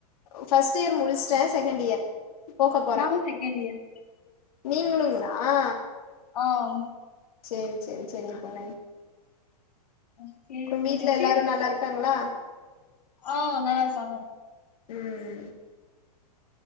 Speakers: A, on the left; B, on the left.
A: ஃபர்ஸ்ட் இயர் முடிச்சிட்டே செகண்ட் இயர் போக போறே
B: நானு செகண்ட் இயர்
A: நீங்களுங்க ஆ
B: ஆம்
A: செரி செரி செரிங்க தோழி
B: ஓகே
A: அப்றோ வீட்ல
B: ஓகே
A: எல்லாரு நல்லா இருக்காங்களா
B: ஆ நல்லா இருக்காங்க
A: ம்